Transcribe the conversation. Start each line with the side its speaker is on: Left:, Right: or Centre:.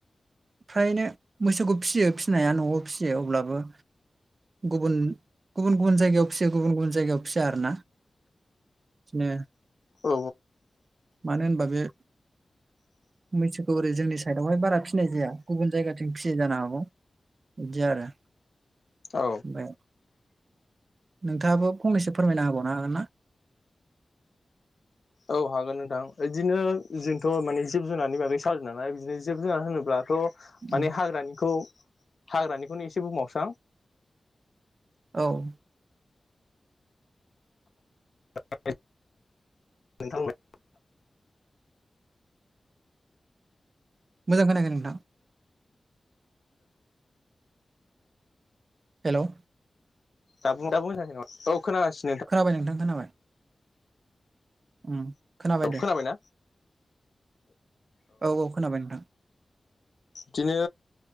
Right: फ्रायनो मोसौखौ फिसियो फिसिनाया न'आव फिसियो अब्लाबो गुबुन गुबुन गुबुन जायगायाव फिसियो गुबुन गुबुन जायगायाव फिसिया आरो ना <unintelligible>
Left: औ
Right: मानो होनबा बे मैसोखौ ओरै जोंनि साइडआवहाय बारा फिसिनाय जाया गुबुन जायगाथिं फिसियो जानो हागौ इदि आरो
Left: औ
Right: ओमफ्राय नोंथाङाबो फंनैसो फोरमायना होबावनो हागोन ना
Left: औ हागोन नोंथां बिदिनो जोंथ' माने जिब जुनारनि बागै सावरायदो नालाय बिदिनो जिब जुनार होनोब्लाथ'
Right: उम,
Left: माने हाग्रानिखौ हाग्रानिखौनो एसे बुंबावनोसै आं
Right: औ
Left: <unintelligible>
Right: मोजां खोनायाखै नोंथां हेल'
Left: दाबो मोजां खोनायाखै नामा <unintelligible> ओ खोनागासिनो
Right: खोनाबाय नोंथां खोनाबाय ओम खोनाबाय
Left: औ
Right: दे
Left: खोनाबायना
Right: औ औ खोनाबाय नोंथां
Left: बिदिनो